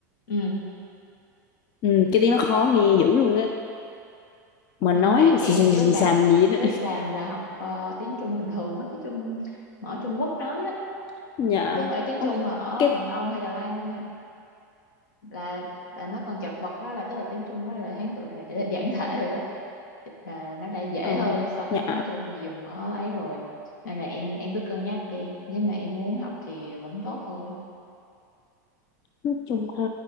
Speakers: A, on the left (about 80°); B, on the left (about 45°).
A: ừ.
B: ừ, cái tiếng nó khó nghe dữ luôn á mà
A: Không,
B: nói
A: bạn chị
B: xì
A: hồi
B: xì
A: trước
B: xì
A: làm
B: xàm gì
A: hồi
B: đó
A: trước làm là học ờ, tiếng Trung bình thường á tiếng Trung mà ở Trung Quốc nói á
B: <laughs> dạ
A: chứ không phải tiếng
B: Ôi,
A: Trung mà ở
B: cái
A: Hồng Kông hay Đài Loan đâu nha là là nó còn chật vật đó là tức là tiếng Trung đó là Hán tự đài giản <laughs> thể rồi đó là nó đã dễ
B: ờ,
A: hơn so với
B: dạ
A: tiếng Trung mà dùng ở ấy rồi nên là em em cứ cân nhắc đi nếu mà em muốn học thì vẫn tốt thôi
B: nói chung ha